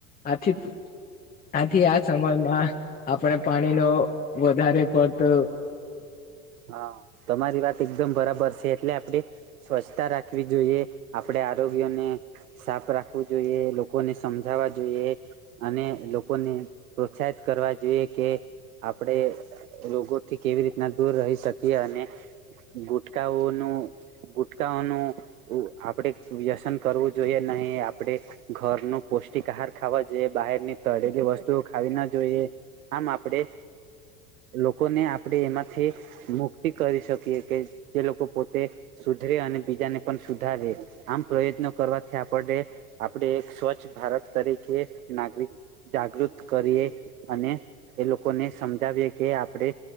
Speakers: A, on the left; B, on the right.
A: આથી આથી આ સમયમાં આપણેે પાણી ન વધારે પડતો
B: હા તમારી વાત એકદમ બરાબર છે એટલે આપડે સ્વચ્છતા રાખવી જોઈએ. આપડે આરોગ્યને સાફ રાખવું જોઈએ લોકોને સમજાવવા જોઈએ. અને લોકોને પ્રોત્સાહિત કરવા જોઈએ કે આપણેે રોગોથી કેવી રીતના દૂર રહી શકીએ અને ગુટકાઓનું ગુટકાઓનું આપડે વ્યસન કરવું જોઈએ નહી આપડે ઘર ન પૌષ્ટિક આહાર ખાવા જે બહારની તળેલી કે વસ્તુઓ ખાવી ના જોઈએ આમ આપડે. લોકોને આપડે એમાં થી મુક્તિ કરી શકીએ કે જે લોકો પોતે સુધરે અને બીજાને પણ સુધારે આમ પ્રયત્નો કરવાથી આપને આપડ એક સ્વચ્છ ભારત તરીકે નાગરિક જાગૃત કરીએ અને એ લોકોને સમજાવીએ કે આપણે